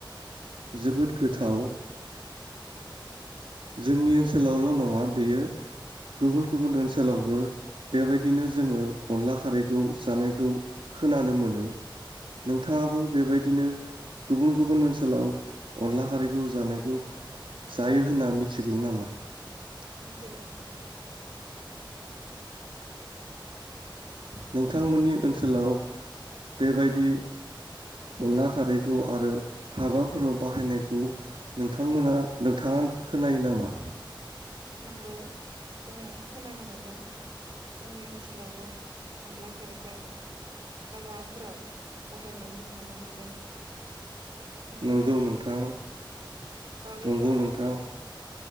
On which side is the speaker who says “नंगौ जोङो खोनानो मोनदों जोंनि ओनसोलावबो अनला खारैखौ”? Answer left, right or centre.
Right